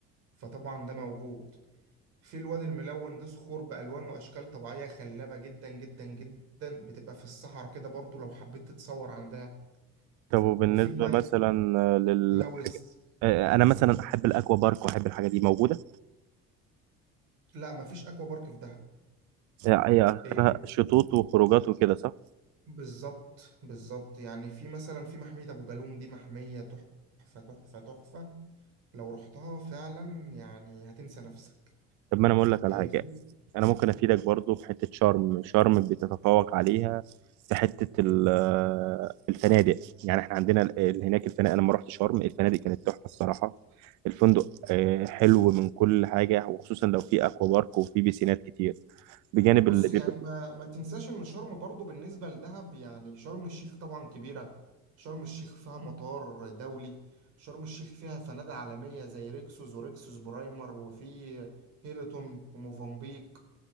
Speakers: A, on the right (about 55°); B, on the right (about 80°).
A: فطبعا ده موجود في الوادي الملون ده صخور بألوان وأشكال طبيعية خلابة جدا جدا جدا بتبقى في الصحراء كده برضو لو حبيت تتصور عندها
B: طب وبالنسبه
A: وفي اللايت
B: مثلا آه، لل
A: هاوس
B: آه، انا مثلا احب الاكوا بارك واحب الحاجه دي موجوده
A: لا مفيش أكوا بارك في دهب
B: آه، هي اخرها
A: إيه،
B: شطوط وخروجات وكده صح
A: بالظبط بالظبط يعني في مثلا في محمية أبو جالوم دي محمية تحفة تحفة تحفة لو رحتها فعلا يعني هتنسى نفسك
B: طب ما انا اقول لك على
A: آه،
B: حاجه
A: في
B: انا ممكن افيدك برضو في حته شرم شرم بتتفوق عليها في حته ال- آه، الفنادق يعني احنا عندنا ال- هناك الفنادق انا لما رحت شرم الفنادق كانت تحفه الصراحه الفندق آه، حلو من كل حاجه وخصوصا لو في اكوا بارك وفي بيسينات كتير بجانب
A: بص
B: اللي بيبقى
A: يعني ما ما تنساش إن شرم برضو بالنسبة لدهب يعني شرم الشيخ طبعا كبيرة شرم الشيخ فيها مطار دولي شرم الشيخ فيها فنادق عالمية زي ريكسوس وريكسوس برايمر وفي هيلتون وموفنبيك